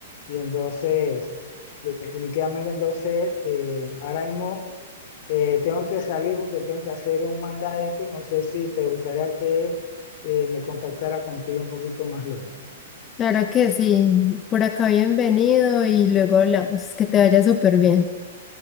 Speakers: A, on the left (about 50°); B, on the left (about 25°).
A: Y entonces, de- definitivamente entonces, eh, ahora mismo eh, tengo que salir porque tengo que hacer un mandadito y no sé si te gustaría que eh, me contactara contigo un poquito más luego.
B: Claro que sí. Por acá bienvenido y luego hablamos. Que te vaya súper bien.